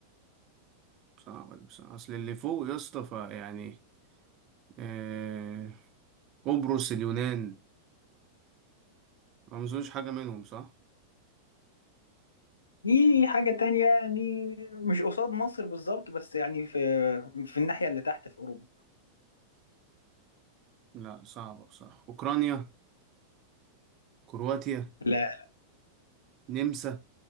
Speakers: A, on the right; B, on the left.
A: صعبه دي بصراحه اصل اللي فوق يا اسطى فيعني آه... قبرص اليونان ما اظنش حاجه منهم صح
B: في حاجة تانية يعني مش قصاد مصر بالظبط بس يعني في في الناحية اللي تحت في أوروبا
A: لا صعبه بصراحه اوكرانيا كرواتيا
B: لا
A: نمسا